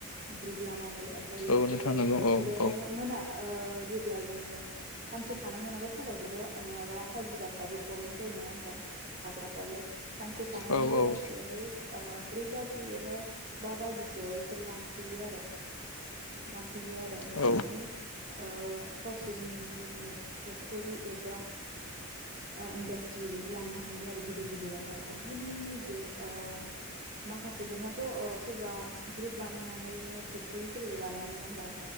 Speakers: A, on the right; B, on the left.
A: ग्रुप लानानै ओमफ्राय
B: औ
A: बेफोरो
B: नोंथां नंगौ
A: बिसोरोहाय
B: औ औ
A: मोना ओ जेब्ला जोङो सानसे खानांगौ नालाय साफादखौथ नङाब्ला हाजिराफ्राबो प्रब्लेम जायो नङा होनबा खाग्राफ्राबो सानसे खानानै
B: औ
A: बेलासियावहाय ओ ब्रै बाजि एबा बा बाजिसोयाव बिसोर लांफैयो आरो लांफैयो आरो लांनानै
B: औ
A: ओ गावसोरनि जिखुनु फेक्ट'रि एबा ओ इन्डास्ट्रि बेहाय लांनो हायो आरो गिदिर गिदिरावहाय ओमफ्राय नों निजे ओ माखासेफोरनाथ' ओ सोरबा ग्रुप बानायनानैहाय फेक्टरिफोरबो बानायो नङा होमबा